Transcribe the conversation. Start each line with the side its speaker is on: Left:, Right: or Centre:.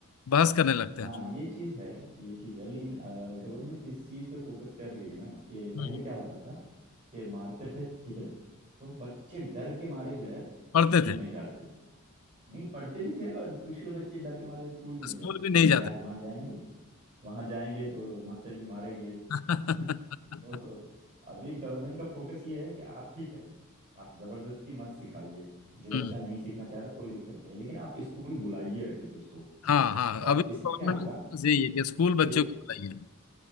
Left: बहस करने लगते
Right: हाँ
Left: हैं
Right: हाँ ये चीज है ये चीज है लेकिन गवर्नमेंट इस चीज पे फोकस कर रही है ना कि पहले
Left: हम्म।
Right: क्या होता था कि मारते थे ठीक है तो बच्चे डर के मारे जो है
Left: पढ़ते
Right: स्कूल
Left: थे
Right: नहीं जाते थे नहीं पढ़ते भी थे और कुछ बच्चे डर के मारे स्कूल भी नहीं
Left: स्कूल
Right: जाते
Left: भी
Right: थे
Left: नहीं
Right: कि
Left: जाते
Right: यार वहां जाएंगे वहां जाएंगे तो मास्टर जी मारेंगे <laughs>
Left: <laughs>
Right: तो अभी गवर्नमेंट का फोकस ये है कि आप ठीक है आप जबरदस्ती मत सिखाइए जो बच्चा
Left: हम्म
Right: नहीं सीखना चाह रहा कोई दिक्कत नहीं है लेकिन आप स्कूल बुलाइए एटलीस्ट उसको
Left: हाँ हाँ
Right: और
Left: अभी तो
Right: इसमें
Left: गवर्नमेंट
Right: क्या होगा
Left: यही है कि स्कूल
Right: कि
Left: बच्चों को पढ़ाइए